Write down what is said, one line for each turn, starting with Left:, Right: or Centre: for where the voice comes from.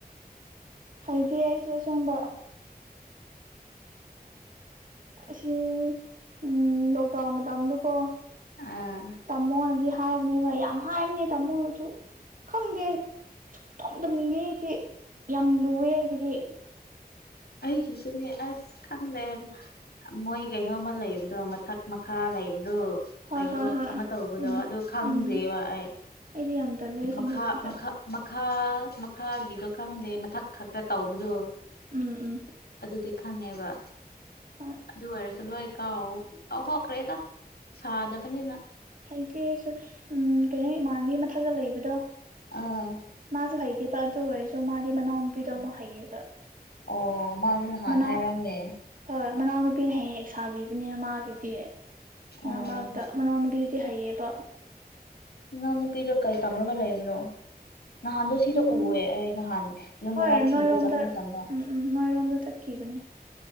Right: ꯍꯩꯏꯇꯦ ꯑꯩꯏꯁꯨ ꯑꯁꯦꯡꯕ꯫ ꯑꯁꯤ ꯎꯝ ꯂꯣꯛꯗꯥꯎꯟ ꯃꯇꯝꯗꯨꯀꯣ
Left: ꯑꯥ
Right: ꯇꯝꯃꯣꯗꯤ ꯍꯥꯏꯕꯅꯦ ꯕ ꯌꯥꯝ ꯍꯥꯏꯕꯅꯦ ꯇꯥꯃꯣꯅꯁꯨ ꯈꯪꯗꯦ꯫ ꯁꯨꯛꯇꯥꯝ ꯇꯝꯅꯤꯡꯗꯦ ꯑꯩꯗꯤ ꯌꯥꯝ ꯂꯨꯑꯦ ꯑꯩꯒꯤꯗꯤ꯫
Left: ꯑꯩꯒꯤꯁꯨꯅꯦ ꯑꯁ ꯈꯪꯗꯦ ꯃꯣꯏ ꯀꯩꯅꯣꯝꯃ ꯂꯩꯕꯗꯣ ꯃꯊꯛ ꯃꯈꯥ ꯂꯩꯕꯗꯣ꯫
Right: ꯍꯣꯏ
Left: ꯀꯩꯅꯣ
Right: ꯍꯣꯏ ꯍꯣꯏ
Left: ꯑꯃ ꯇꯧꯕꯗꯣ
Right: ꯎꯝ
Left: ꯑꯗꯨ ꯈꯪꯗ꯭ꯔꯦꯕ
Right: ꯎꯝ
Left: ꯑꯩ
Right: ꯑꯩꯗꯤ ꯌꯥꯝ ꯇꯜꯂꯦ ꯑꯁꯦꯡꯕ
Left: ꯃꯈꯥ
Right: ꯐꯤꯖꯕ
Left: ꯃꯈꯥ ꯃꯈꯥ ꯃꯈꯥꯒꯤꯗꯣ ꯈꯪꯗꯦ ꯃꯊꯛ ꯈꯛꯇ ꯇꯧꯕꯗꯣ꯫
Right: ꯎꯝ ꯎꯝ꯫
Left: ꯑꯗꯨꯗꯤ ꯈꯪꯉꯦꯕ꯫
Right: ꯍꯣꯏ
Left: ꯑꯗꯨ ꯑꯣꯏꯔꯁꯨ ꯂꯣꯏ ꯀꯥꯎ ꯀꯥꯎꯊꯣꯛꯈ꯭ꯔꯦꯗ ꯁꯥꯗꯕꯅꯤꯅ꯫
Right: ꯍꯩꯇꯦ ꯑꯩꯁꯨ ꯎꯝ ꯀꯩꯅꯣ ꯏꯃꯥꯟꯅꯕꯤ ꯑꯃꯥ ꯃꯊꯛꯇ ꯂꯩꯕꯗꯣ
Left: ꯑꯥ
Right: ꯃꯥꯁꯨ ꯍꯩꯇꯦ꯫ ꯏꯕ ꯑꯗꯨ ꯑꯣꯏꯔꯁꯨ ꯃꯥꯒꯤ ꯃꯅꯥꯎꯨꯄꯤꯗ ꯑꯃꯨꯛ ꯍꯩꯌꯦꯕ꯫
Left: ꯑꯣ ꯃꯥꯁꯨ ꯅꯍꯥꯟ
Right: ꯃꯅꯥꯎ
Left: ꯍꯥꯏꯔꯝꯃꯦ꯫
Right: ꯍꯣꯏ ꯃꯅꯥꯎꯅꯨꯄꯤꯅ ꯍꯦꯛ ꯍꯦꯛ ꯁꯥꯕꯤꯕꯅꯦ ꯃꯥꯒꯤꯗꯤ꯫
Left: ꯑꯣ
Right: ꯃꯔꯛ ꯃꯔꯛꯇ ꯃꯅꯥꯎꯅꯨꯄꯤꯗꯨꯗꯤ ꯍꯩꯑꯕ꯫
Left: ꯃꯥꯅꯥꯎ ꯅꯨꯄꯤꯗꯣ ꯀꯩ ꯇꯝꯔꯒ ꯂꯩꯕꯅꯣ꯫ ꯅꯍꯥꯟꯗꯣ ꯁꯤꯗ
Right: ꯎꯝ
Left: ꯎꯑꯦ ꯑꯩ ꯅꯍꯥꯟ ꯌꯨꯝ
Right: ꯍꯣꯏ
Left: ꯕꯔꯥ ꯊꯤꯕ
Right: ꯅꯣꯏꯔꯣꯝꯗ
Left: ꯆꯠꯄ ꯃꯇꯝꯗ꯫
Right: ꯎꯝ ꯎꯝ ꯃꯣꯏꯔꯣꯝꯗ ꯆꯠꯈꯤꯕꯅꯦ